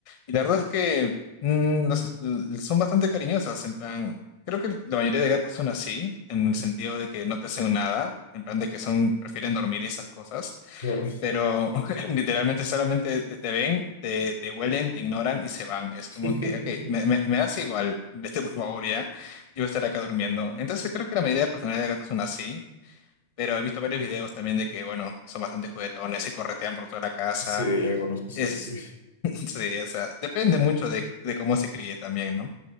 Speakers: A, on the left; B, on the left.
A: Y la verdad es que mm, las- l- son bastante cariñosas, en plan, creo que la mayoría de gatos son así, en el sentido de que no te hacen nada, en plan de que son, prefieren dormir y esas cosas
B: Claro.
A: pero <laughs> literalmente solamente te te ven, te, te huelen, te ignoran y se van. Es
B: <laughs>
A: como que, ok, me, me, me das igual, <laughs> vete por favor ya, yo voy a estar acá durmiendo. Entonces creo que la mayoría de personalidades de gatos son así, pero he visto varios videos también de que, bueno, son bastante juguetones, se corretean por toda la casa.
B: Sí, algunos que son
A: Es,
B: así.
A: <laughs> sí, o sea, depende mucho de, de cómo se críe también, ¿no?